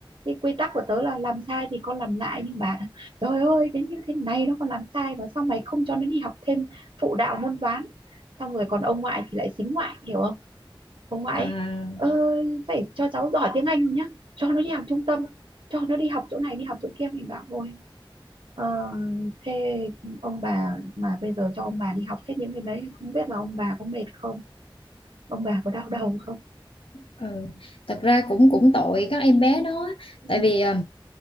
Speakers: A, on the right; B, on the left.
A: thì quy tắc của tớ là làm sai thì con làm lại nhưng bà nói, trời ơi đến như thế này nó còn làm sai và sao mày không cho nó đi học thêm phụ đạo môn toán xong rồi còn ông ngoại thì lại xính ngoại hiểu không ông ngoại
B: À,
A: ấy, "Ơ, phải cho cháu giỏi tiếng Anh nhá cho nó đi học trung tâm cho nó đi học chỗ này đi học chỗ kia mình bảo ôi Ờ, thế ông bà mà bây giờ cho ông bà đi học hết những cái đấy không biết là ông bà có mệt không ông bà có đau đầu không
B: ừ. Thật ra cũng cũng tội các em bé đó
A: ừ
B: tại vì ờ,